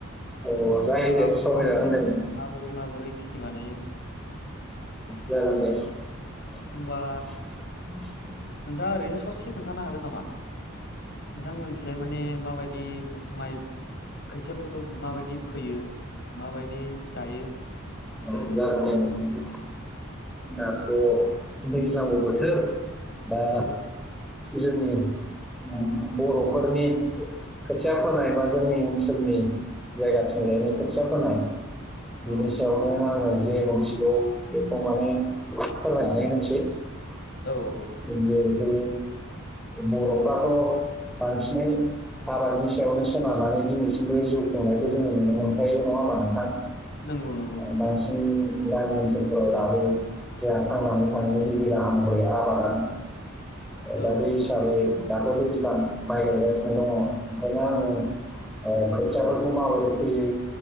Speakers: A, in the centre; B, on the left (about 50°).
A: अ जायो
B: माने
A: दे
B: माबोरै
A: सावरायजागोन
B: माबोरै
A: दे नोंथां
B: माबोरै माबोरै खिथि बानायो।
A: जार दे <unintelligible>
B: होमबा नोंथाङा ओरैनो ससे खोन्थानो हागोन नामा नोंथांमोनखैजाय माने माबायदि। माइब खोथियाफोरखौ माबायदि फोयो माबायदि गायो।
A: औ
B: ओरैनो
A: जागोनदे
B: ससे
A: नोंथां दे दाथ'। दैज्लांबो बोथोर दा।
B: औ
A: जोंनि मुल्खं बर'फोरनि। खोथिया फोनाय बा जोंनि ओनसोलनि जायगाथिंजायनो खोथिया फोनाय <unintelligible>
B: औ
A: बि <unintelligible> आङो जे मिथिगौ बेखौ माने फोरमायनानै होनसै <unintelligible>
B: औ औ
A: जिहेथु बर'फ्राथ' बांसिनै <unintelligible> आबादनि सायावनो सोनारनानै दिनैसिमबो जिउ खुंनायखौ जोंङो नुनो मोनखायो नङा ओमबा नोंथां।
B: नंगौ नंगौ
A: बांसिन
B: नंगौ
A: <unintelligible> गामि ओनसोलफोराव दाबो जोंहा थांनानै थानायनि गिबि राहा महरै आबादानो।
B: औ
A: दा बे हिसाबै दाथ' बेसेबां माइ गायगासिनो दङ ओंखायनो आङो <unintelligible> ओ खोथियाफोरखौ माबोरै फैयो